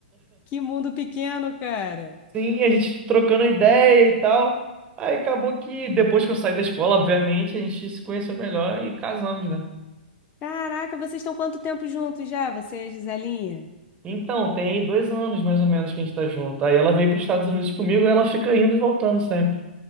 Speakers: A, on the left; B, on the right.
A: Que mundo pequeno, cara.
B: Sim, a gente trocando ideia e tal. Aí acabou que depois que eu saí da escola, obviamente, a gente se conheceu melhor e casamos, né?
A: Caraca, vocês estão quanto tempo juntos já, você e a Giselinha?
B: Então, tem dois anos mais ou menos que a gente tá junto. Aí ela veio para os Estados Unidos comigo, ela fica indo e voltando sempre.